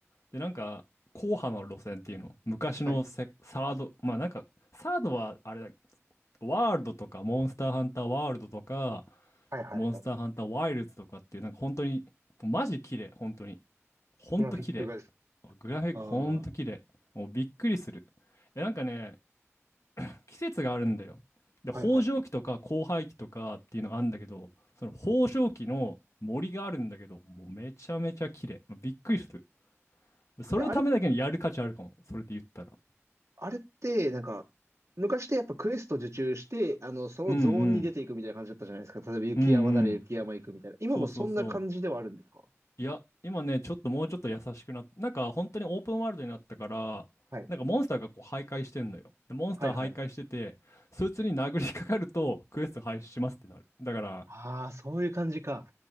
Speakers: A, on the left; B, on the right.
A: で、なんか、硬派な路線っていうの。昔のセサード、
B: はい、
A: まあなんか、サードはあれだ、ワールドとか、モンスターハンターワールドとか、
B: はい、はい、
A: モンスターハンターワイルズとかっていう、
B: はい。
A: なんか本当に、もうマジ綺麗、本当に。ほんと綺麗。
B: グラフィックがですか。
A: グラフィックほんと綺麗。
B: ああ。
A: もうびっくりする。え、なんかね、季節があるんだよ。で、
B: はい、
A: 豊穣期とか交配期とかっていうのがあるんだけど、
B: はい。
A: その豊穣期の森があるんだけど、もうめちゃめちゃ綺麗。びっくりする。それのためだけにやる価値あるかも。
B: え、あれ、
A: それで言ったら。
B: あれって、なんか、昔ってやっぱクエスト受注して、あの、そのゾーンに出ていくみたいな感じだったじゃないですか。
A: うんうん。
B: 例えば雪山なら雪山行くみたいな。
A: うんうん。
B: 今もそんな感じではあるんですか
A: そうそうそう。いや、今ね、ちょっともうちょっと優しくなってなんか本当にオープンワールドになったから、
B: はい、
A: なんかモンスターがこう徘徊してんのよ。で、モンスター徘徊してて、
B: はい、はい。
A: そいつに殴りかかるとクエスト廃止しますってなる。だから、
B: ああ、そういう感じか。